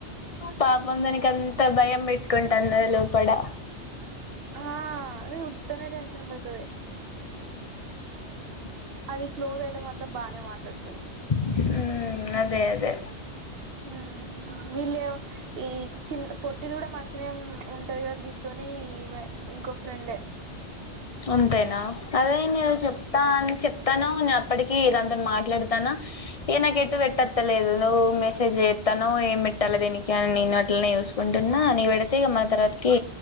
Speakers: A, on the left (about 40°); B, on the right (about 60°).
A: పాపం దానికి అంత భయం పెట్టుకుంటన్ దది లోపడ
B: ఆ అది ఉత్తనే టెన్షన్ పడతది అది క్లోజ్ అయితే మాత్రం బానే మాట్లాడుతది
A: మ్మ్ అదే అదే
B: మ్మ్ వీళ్యో ఈ చిన్ పొట్టిది కూడా మంచినే ఉంటది గానీ దీంతోనీ ఇవే ఇంకొ ఫ్రెండే
A: అంతేనా అదే నేను చెప్తాన్ చెప్తానే ఉంది అప్పటికి దాతోన్ మాట్లాడతానా ఏ నకెటు వెట్టత్తలేదు నువ్ మెసేజెప్తనవ ఏమిట్టాల దేనిక అని నేన్ట్ యిట్లనే చూసుకుంటున్నా నీకు పెడితే మళ తర్వాతకి